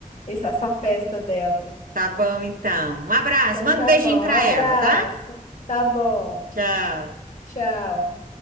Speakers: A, on the left; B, on the right.
A: esse- essa festa dela.
B: tá bom então. Um abraço,
A: Então
B: manda
A: tá
B: um beijinho
A: bom.
B: pra
A: Um abraço.
B: ela, tá?
A: Tá bom.
B: Tchau.
A: Tchau.